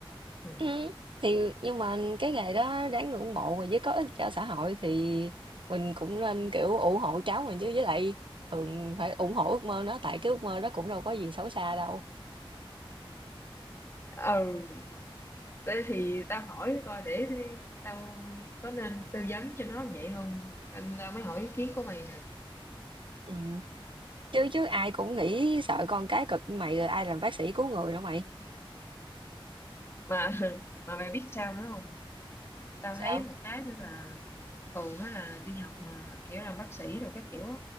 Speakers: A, on the left; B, on the right.
A: Ừ.
B: Ừm, thì nhưng mà cái nghề đó đáng ngưỡng mộ và với có ích cho xã hội thì mình cũng nên, kiểu, ủng hộ cháu mình chứ, với lại thường phải ủng hộ ước mơ nó, tại cái ước mơ đó cũng đâu có gì xấu xa đâu.
A: Ừ, thế thì tao hỏi coi để thế tao có nên tư vấn cho nó vậy không? Anh tao mới hỏi ý kiến của mày nè.
B: Ừm. Chứ chứ ai cũng nghĩ sợ con cái cực như mày rồi ai làm bác sĩ cứu người nữa mày.
A: Mà <laughs> mà mày biết sao nữa không? tao
B: Sao?
A: thấy một cái nữa là thường á là đi học mà kiểu làm bác sĩ rồi các kiểu á